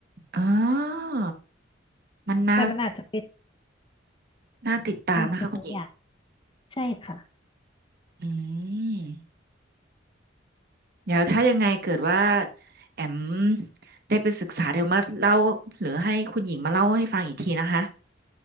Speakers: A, on the right; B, on the left.
A: อ๋อมันน่า
B: แต่มันอาจจะเป็น
A: น่าติดตามนะคะคุณหญิง
B: บางสิ่งบางอย่างใช่ค่ะ
A: อืมเดี๋ยวถ้ายังไงเกิดว่าแอมได้ไปศึกษาเดี๋ยวมาเล่าหรือให้คุณหญิงมาเล่าให้ฟังอีกทีนะคะ